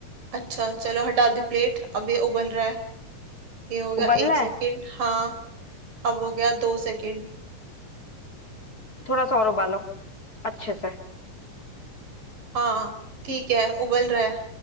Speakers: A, on the right; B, on the left.
A: अच्छा चलो हटा दी प्लेट अब ये उबल रहा है ये हो गया
B: उबल
A: एक
B: रहा
A: सेकंड
B: है
A: हाँ अब हो गया दो सेकंड
B: थोड़ा सा और उबालो अच्छे से
A: हाँ ठीक है उबल रहा है